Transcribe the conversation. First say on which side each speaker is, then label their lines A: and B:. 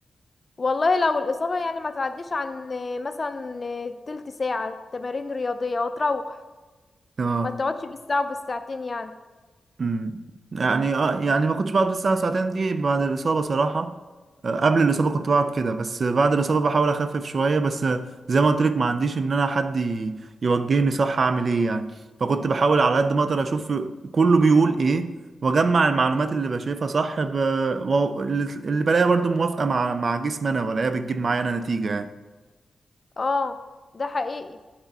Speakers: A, on the left; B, on the right.
A: والله لو الإصابة يعني ما تعديش عن آه، مثلا آه، تلت ساعة تمارين رياضية وتروح
B: اه
A: ما تقعدش بالساعة وبالساعتين يعني
B: مم. يعني اه يعني ما كنتش بقعد الساعة ساعتين دي بعد الإصابة صراحة آه، قبل الإصابة كنت بقعد كده بس بعد الإصابة بحاول أخفف شوية بس آه، زي ما قلت لك ما عنديش إن أنا حد ي- يوجهني صح أعمل إيه يعني فكنت بحاول على قد ما أقدر أشوف كله بيقول إيه وأجمع المعلومات اللي بشايفها صح ب... و- اللي اللي بلاقيها برضو موافقة مع مع جسمي أنا ولاقيها بتجيب معايا أنا نتيجة يعني
A: اه ده حقيقي